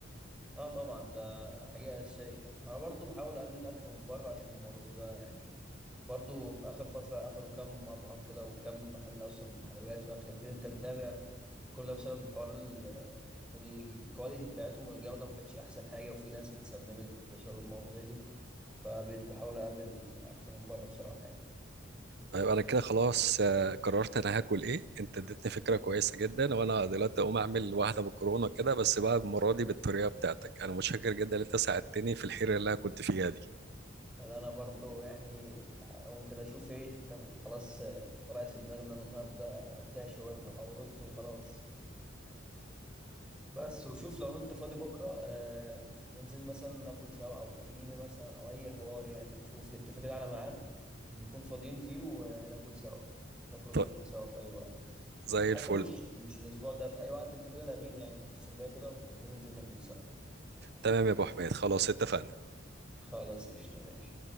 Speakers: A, in the centre; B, on the right.
A: اه طبعا ده حاجة أساسية أنا برضو بحاول أقلل الأكل من بره عشان الموضوع ده يعني برضو في آخر فترة قفلوا كام مطعم كده وكم محل أصلا حلويات وأكل كده أنت متابع كل ده بسبب حوار ال- ال- الكواليتي بتاعتهم والجودة ما كانتش أحسن حاجة وفي ناس اتسممت بسبب المواضيع دي فبقيت بحاول أقلل الأكل من بره بصراحة يعني
B: طيب انا كده خلاص آه، قررت انا هاكل ايه انت اديتني فكره كويسه جدا وانا دلوقتي اقوم اعمل واحده مكرونه كده بس بقى المره دي بالطريقه بتاعتك انا متشكر جدا ان انت ساعدتني في الحيره اللي انا كنت فيها دي
A: ده انا برضو يعني آه، اقوم كده اشوف ايه طب خلاص آه، طلعت في دماغي ان انا النهارده هديها شاورما بقى ورز وخلاص بس وشوف لو انت فاضي بكره آه ننزل مثلا ناكل سوا او تيجي لي مثلا او اي حوار يعني نشوف نتفق كده على ميعاد نكون فاضيين فيه وناكل سوا نخرج
B: طيب
A: ناكل سوا في اي وقت
B: زي
A: حتى
B: الفل
A: لو مش مش الاسبوع ده في اي وقت انت كده لاغيني يعني اتصل بيا كده وننزل ناكل سوا
B: تمام يا ابو حميد خلاص اتفقنا
A: خلاص قشطة ماشي